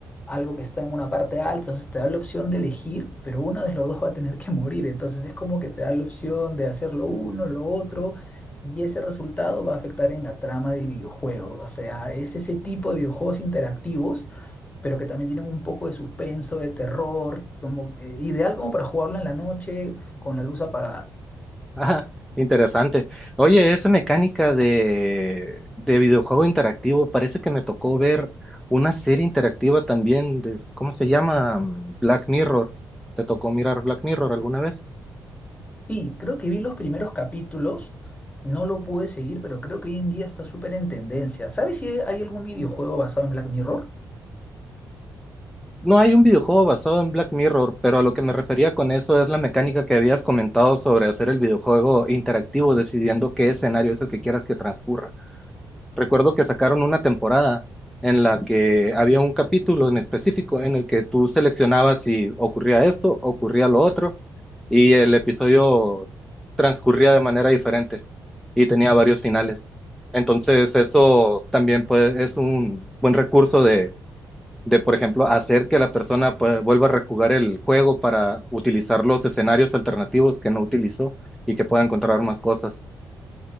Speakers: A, on the left; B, in the centre.
A: algo que está en una parte alta, entonces te da la opción de elegir, pero uno de los dos va a tener que morir, entonces es como que te da la opción de hacer lo uno, lo otro, y ese resultado va a afectar en la trama del videojuego, o sea, es ese tipo de videojuegos interactivos, pero que también tienen un poco de suspenso, de terror, como, eh, ideal como para jugarlo en la noche con la luz apagada.
B: Ah, interesante. Oye, esa mecánica de, de videojuego interactivo, parece que me tocó ver una serie interactiva también de, ¿cómo se llama? Mm, Black Mirror. ¿Te tocó mirar Black Mirror alguna vez?
A: Sí, creo que vi los primeros capítulos. No lo pude seguir, pero creo que hoy en día está súper en tendencia. ¿Sabes si hay algún videojuego basado en Black Mirror?
B: No hay un videojuego basado en Black Mirror, pero a lo que me refería con eso es la mecánica que habías comentado sobre hacer el videojuego interactivo, decidiendo qué escenario es el que quieras que transcurra. Recuerdo que sacaron una temporada en la que había un capítulo en específico en el que tú seleccionabas si ocurría esto, ocurría lo otro, y el episodio transcurría de manera diferente y tenía varios finales. Entonces, eso también puede- es un buen recurso de, de, por ejemplo, hacer que la persona pues, vuelva a rejugar el juego para utilizar los escenarios alternativos que no utilizó y que pueda encontrar más cosas.